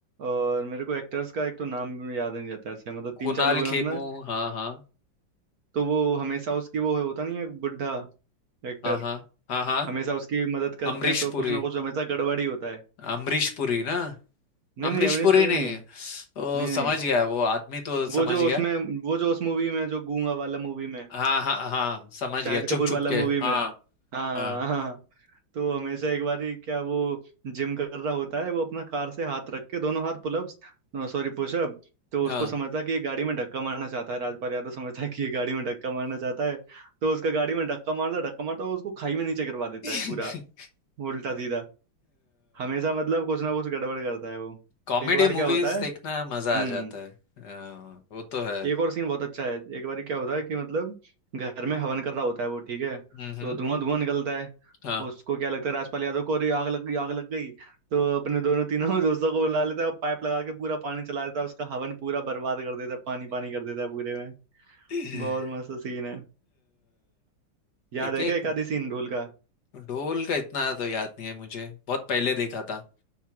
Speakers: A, on the right (about 55°); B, on the left (about 60°).
A: और मेरे को एक्टर्स का एक तो नाम याद नहीं रहता ऐसे मतलब तीन
B: कुणाल
A: चार लोग हैं
B: खेमू
A: उसमें
B: हाँ हाँ
A: तो वो हमेशा उसकी वो होता नहीं है बुढ़ा एक्टर
B: हाँ हाँ हाँ हाँ
A: हमेशा उसकी मदद करते
B: अमरीश
A: हैं तो
B: पुरी
A: कुछ ना कुछ हमेशा गड़बड़ ही होता है
B: अमरीश पुरी ना
A: नहीं
B: अमरीश
A: नहीं अवनीश
B: पुरी
A: पुरी
B: ने
A: नहीं
B: ओ,
A: नहीं
B: समझ
A: नहीं
B: गया वो आदमी तो
A: वो
B: समझ
A: जो
B: गया
A: उसमें वो जो उस मूवी में जो गूंगा वाला मूवी में
B: हाँ हाँ हाँ समझ
A: शाहिद
B: गया चुप
A: कपूर
B: चुप
A: वाला
B: के
A: मूवी में
B: हाँ
A: हाँ
B: हाँ
A: हाँ तो हमेशा एक बार ही क्या वो जिम कर रहा होता है वो अपना कार से हाथ रख के दोनों हाथ पुलअप्स सॉरी पुशअप तो उसको
B: हाँ
A: समझता है कि ये गाड़ी में धक्का मारना चाहता है राजपाल यादव समझता है कि ये गाड़ी में धक्का मारना चाहता है तो उसका गाड़ी में धक्का मारता धक्का मारता और उसको खाई में नीचे करवा देता
B: <laughs>
A: है पूरा उल्टा सीधा हमेशा मतलब कुछ ना कुछ गड़बड़ करता है वो
B: कॉमेडी
A: एक बार
B: मूवीज
A: क्या होता है
B: देखना
A: हम्म
B: मजा आ जाता है अ, वो तो है
A: एक और सीन बहुत अच्छा है एक बार क्या होता है कि मतलब घर में हवन कर रहा होता है वो ठीक है
B: हम्म हम्म,
A: तो धुआं धुआं निकलता है
B: हाँ
A: उसको क्या लगता है राजपाल यादव को अरे आग लग गई आग लग गई तो अपने दोनों तीनों <laughs> दोस्तों को बुला लेता है और पाइप लगा के पूरा पानी चला देता है उसका हवन पूरा बर्बाद कर देता है पानी पानी कर देता है पूरे में
B: <laughs>
A: बहुत मस्त सीन है
B: एक
A: याद है क्या
B: एक
A: एक आधी सीन ढोल का
B: ढोल का इतना तो याद नहीं है मुझे बहुत पहले देखा था